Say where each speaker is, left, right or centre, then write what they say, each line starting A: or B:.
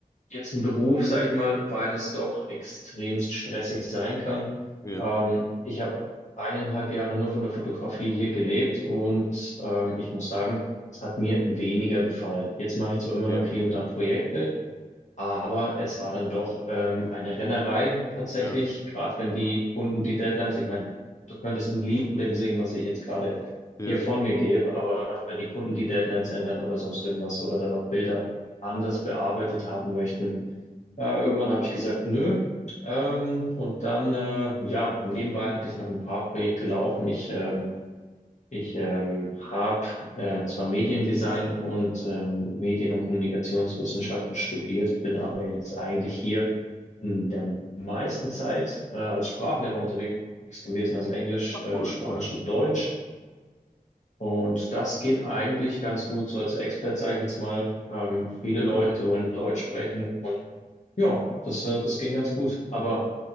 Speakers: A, on the left; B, on the left.
A: jetzt ein Beruf, sage ich mal, weil es doch extremst stressig sein kann.
B: Ja,
A: Ähm, ich habe eineinhalb Jahre nur von der Fotografie hier gelebt und ähm, ich muss sagen, es hat mir weniger gefallen. Jetzt mache ich zwar immer
B: ja,
A: noch hier und da Projekte, aber es war dann doch ähm, eine Rennerei tatsächlich,
B: ja,
A: gerade wenn die Kunden die Deadlines, ich meine, du könntest ein Lied von dem singen, was ich jetzt gerade
B: ja.
A: hier von mir gebe, aber wenn die Kunden die Deadlines ändern oder sonst irgendwas oder dann noch Bilder anders bearbeitet haben möchten, äh, irgendwann habe ich gesagt, nö. Ähm, und dann, äh, ja, nebenbei hatte ich noch ein paar Projekte laufen. Ich ähm, ich ähm, habe äh, zwar Mediendesign und ähm, Medien- und Kommunikationswissenschaften studiert, bin aber jetzt eigentlich hier in der meisten Zeit äh, als Sprachlehrer unterwegs gewesen, also Englisch,
B: Ah,
A: äh,
B: cool,
A: Spanisch
B: cool.
A: und Deutsch. Und das geht eigentlich ganz gut, so als Expert sage ich jetzt mal. Ähm, viele
B: Ja.
A: Leute wollen Deutsch sprechen und ja, das, äh, das ging ganz gut. Aber